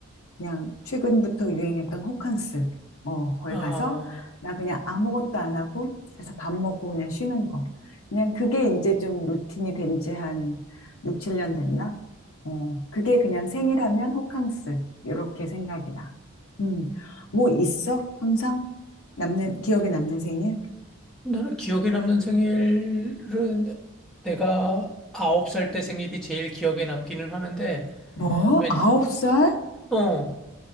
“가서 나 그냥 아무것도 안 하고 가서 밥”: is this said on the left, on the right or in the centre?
Left